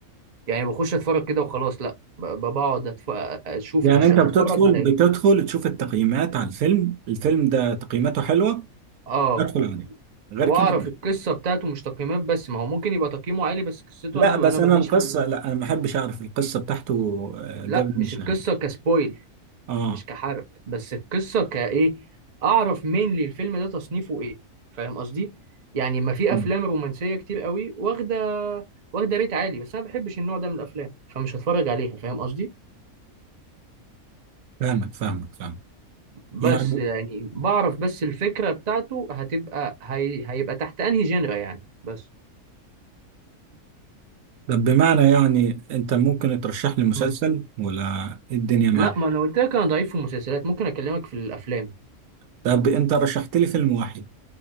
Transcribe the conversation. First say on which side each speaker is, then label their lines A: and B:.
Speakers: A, on the right; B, on the right.
A: يعني بخش اتفرج كده وخلاص لا ب... ب- بقعد أتف... اشوف
B: يعني
A: هش...
B: انت
A: هتفرج
B: بتدخل
A: على
B: بتدخل
A: ايه
B: تشوف التقييمات على الفيلم الفيلم ده تقييماته حلوة
A: اه
B: ادخل عليه غير
A: واعرف
B: كده لا
A: القصه بتاعته مش تقييمات بس ما هو ممكن يبقى تقييمه عالي بس قصته
B: لا،
A: انا
B: بس
A: انا ماليش
B: انا القصة
A: في ال-
B: لا انا ما احبش اعرف القصة بتاعته آه، قبل
A: لا
B: ما
A: مش
B: اشاهده
A: القصه كسبويل
B: اه
A: مش كحرق بس القصه كايه اعرف مين لي الفيلم ده تصنيفه ايه فاهم قصدي يعني ما في
B: مم.
A: افلام رومانسيه كتير قوي واخده واخده ريت عالي بس انا ما بحبش النوع ده من الافلام فمش هتفرج عليها فاهم قصدي
B: فاهمك فاهمك فاهمك
A: بس
B: يعني
A: يعني بعرف بس الفكره بتاعته هتبقى هي... هيبقى تحت انهي جنرا يعني بس
B: طب بمعنى يعني انت ممكن ترشح لي مسلسل
A: مم.
B: ولا إيه الدنيا معك
A: لا ما انا قلت لك انا ضعيف في المسلسلات ممكن اكلمك في الافلام
B: طب انت رشحت لي فيلم واحد